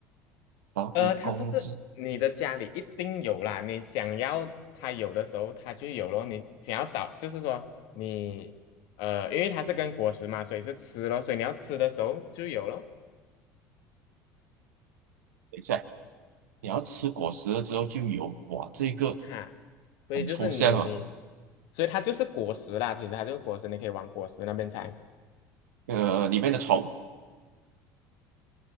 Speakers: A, on the right (about 80°); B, on the left (about 65°).
A: 然后比公鸡，
B: 呃，它不是你的家里一定有啦，你想要它有的时候它就有咯。你想要找，就是说你呃，因为它是跟果实嘛，所以是吃咯，所以你要吃的时候就有咯。
A: 等一下，你要吃果实了之后就有，哇，这个
B: 哈，所以就是你你，
A: 很抽象哦，
B: 所以它就是果实啦，其实它就是果实，你可以往果实那边猜。
A: 呃，里面的虫，